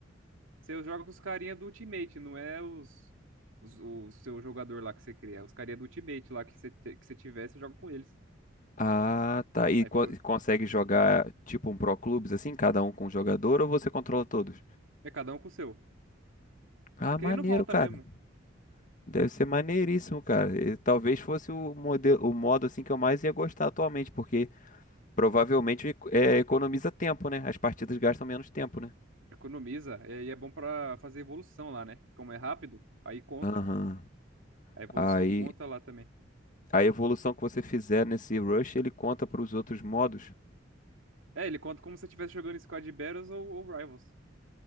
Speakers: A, on the right; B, on the left.
A: Você joga com os carinha do Ultimate, não é os, os- o seu jogador lá que você cria. É os carinha do Ultimate lá que você, te- que você tiver, você joga com eles.
B: Ah, tá. E
A: Aí,
B: co-
A: pô,
B: e consegue jogar, tipo, um Pro Clubes assim, cada um com um jogador, ou você controla todos?
A: é cada um com o seu.
B: Ah,
A: É que
B: maneiro,
A: nem no volta
B: cara.
A: mesmo.
B: Deve ser maneiríssimo, cara. E talvez fosse o modelo, o modo assim que eu mais ia gostar atualmente, porque. Provavelmente é, economiza tempo, né? As partidas gastam menos tempo, né?
A: Economiza. E e é bom pra fazer evolução lá, né? Como é rápido, aí conta.
B: Aham.
A: A evolução
B: Aí
A: conta lá também.
B: a evolução que você fizer nesse rush, ele conta para os outros modos.
A: É, ele conta como se eu estivesse jogando Squad Battles ou, ou Rivals.